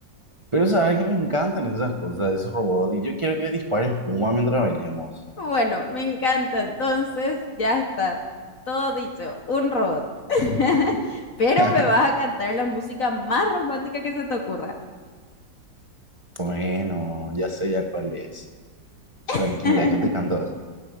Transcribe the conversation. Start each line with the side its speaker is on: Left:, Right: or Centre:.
Right: Pero sabes que me encantan esas cosas de ese robot y yo quiero que dispare espuma mientras bailemos.
Left: Bueno, me encanta. Entonces, ya está. Todo dicho, un robot. <laughs> Pero
Right: <laughs>
Left: me vas a cantar la música más romántica que se te ocurra.
Right: Bueno, ya sé ya cuál es.
Left: <laughs>
Right: Tranquila, yo te canto eso.